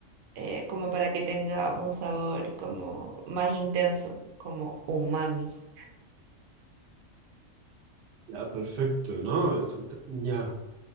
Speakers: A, on the right; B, on the right.
A: eh, como para que tenga un sabor como más intenso, como umami.
B: Ya, perfecto, ¿no? Es- ent- Ya.